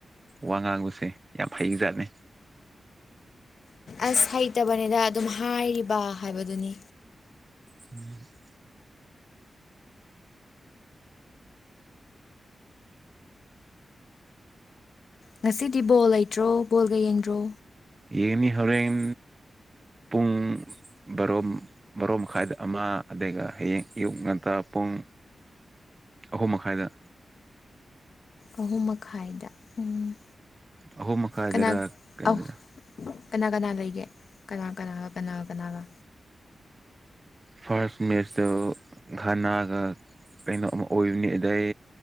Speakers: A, on the right (about 25°); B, on the left (about 70°).
A: ꯋꯥ ꯉꯥꯡꯕꯁꯦ ꯌꯥꯝ ꯐꯩꯖꯥꯠꯅꯦ꯫
B: ꯑꯁ ꯍꯩꯇꯕꯅꯤꯗ ꯑꯗꯨꯝ ꯍꯥꯏꯔꯤꯕ ꯍꯥꯏꯕꯗꯨꯅꯤ꯫
A: <inaudible>
B: ꯉꯁꯤꯗꯤ ꯕꯣꯜ ꯂꯩꯇ꯭ꯔꯣ ꯕꯣꯜꯒ ꯌꯦꯡꯗ꯭ꯔꯣ
A: ꯌꯦꯡꯅꯤ ꯍꯣꯔꯦꯟ ꯄꯨꯡ ꯕꯥꯔꯣ ꯕꯥꯔꯣ ꯃꯈꯥꯏꯗ ꯑꯃ ꯑꯗꯨꯒꯩ ꯍꯌꯦꯡ ꯑꯌꯨꯛ ꯉꯟꯇꯥ ꯄꯨꯡ ꯑꯍꯨꯝ ꯃꯈꯥꯏꯗ
B: ꯑꯍꯨꯝ ꯃꯈꯥꯏꯗ ꯎꯝ
A: ꯑꯍꯨꯝ ꯃꯈꯥꯏꯗꯔ
B: ꯀꯅꯥ
A: ꯀꯩꯅꯣꯗꯔ
B: ꯑꯧ ꯀꯅꯥ ꯀꯅꯥ ꯂꯩꯒꯦ ꯀꯅꯥ ꯀꯅꯥꯒ ꯀꯅꯥꯒ ꯀꯅꯥꯒ
A: ꯐꯥꯔꯁ ꯃꯦꯠꯆꯇ ꯘꯅꯥꯒ ꯀꯩꯅꯣ ꯑꯃ ꯑꯣꯏꯕꯅꯤ ꯑꯗꯩ